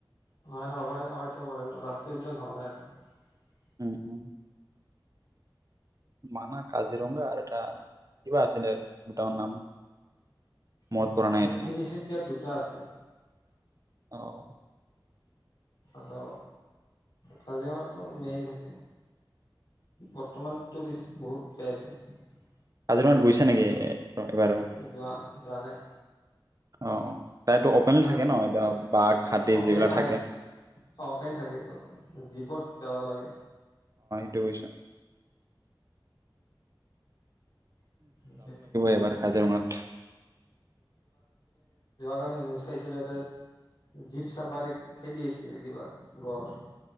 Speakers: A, on the left (about 60°); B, on the right (about 45°).
A: ন ন অভৰায়-সেইটো অভায়ৰন্য, ৰাষ্ট্ৰীয় উদ্যান হোৱা নাই একো
B: উম উম মানাহ, কাজিৰঙা আৰু এটা, কিবা আছিলে দুটা নাম মনত
A: উ
B: পৰা নাই
A: এই
B: এতিয়া
A: তিনিচুকীয়াত দুটা আছে
B: অ'
A: ৰ কাজিৰঙাটো মেইন সেইটো বৰ্তমান টুৰিষ্ট বহুত যাই আছে ৷
B: আজিৰঙাত গৈছা নেকি? এবাৰ
A: যোৱা, জানে
B: অ অ তাইতো অপেনলি
A: আজি
B: থাকে ন এতিয়া
A: এতে
B: বাঘ হাতী
A: অপেন
B: যিবিলাক
A: নাই,
B: থাকে
A: অ' অপেন থাকে এইটো। জীপত যাব লাগে
B: এ পইছা
A: <unintelligible>
B: এইবাৰ কাজিৰঙাত
A: কালি নিউজ চাইছিল এটা জীপ চাফাৰী খেদি আহিছে কিবা গড় ৷